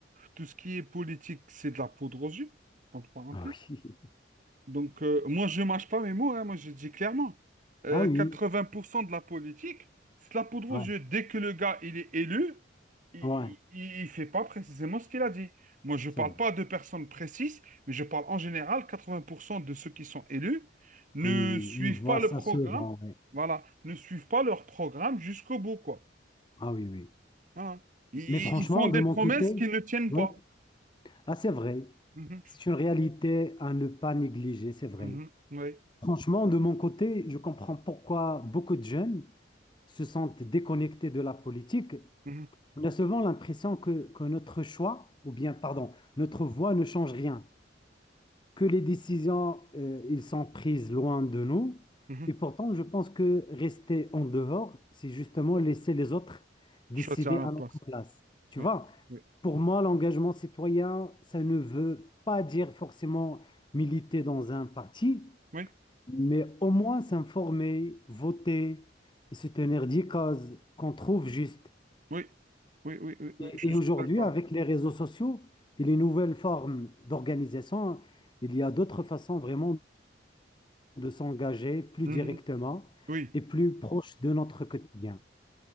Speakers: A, on the right; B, on the left.
A: tout ce qui est politique, c'est de la poudre aux yeux, entre parenthèses.
B: Ah oui.
A: Donc, euh, moi, je mâche pas mes mots, hein, moi, je dis clairement. Euh,
B: Ah oui,
A: 80%
B: oui.
A: de la politique, c'est de la poudre
B: ouais,
A: aux yeux. Dès que le gars, il est élu, il
B: ouais,
A: ne fait pas précisément ce qu'il a dit. Moi, je
B: ça
A: ne parle
B: va.
A: pas de personnes précises, mais je parle en général, 80% de ceux qui sont élus ne
B: Oui,
A: suivent
B: on voit
A: pas le
B: ça
A: programme,
B: souvent, ouais.
A: voilà, ne suivent pas leur programme jusqu'au bout, quoi.
B: Ah oui, oui.
A: Voilà. Ils,
B: Mais franchement,
A: ils font des
B: de mon
A: promesses
B: côté,
A: qu'ils ne tiennent
B: ouais,
A: pas.
B: ah, c'est vrai.
A: Mhm,
B: C'est une réalité à ne pas négliger, c'est vrai.
A: mhm, oui,
B: Franchement, de mon côté, je comprends pourquoi beaucoup de jeunes se sentent déconnectés de la politique.
A: mhm,
B: On a souvent l'impression que, que notre choix, ou bien, pardon, notre voix ne change rien. que les décisions, euh, ils sont prises loin de nous.
A: mhm.
B: Et pourtant, je pense que rester en dehors, c'est justement laisser les autres décider
A: Choisir à notre
B: à notre
A: place.
B: place. Tu
A: Oui,
B: vois,
A: oui,
B: pour moi, l'engagement citoyen, ça ne veut pas dire forcément militer dans un parti,
A: oui.
B: mais au moins s'informer, voter et se tenir des causes qu'on trouve justes.
A: Oui, oui, oui, oui, oui,
B: Et,
A: je
B: et
A: suis
B: aujourd'hui,
A: d'accord.
B: avec les réseaux sociaux et les nouvelles formes d'organisation, il y a d'autres façons vraiment de s'engager plus
A: Mhm.
B: directement
A: Oui,
B: et plus proche de notre quotidien,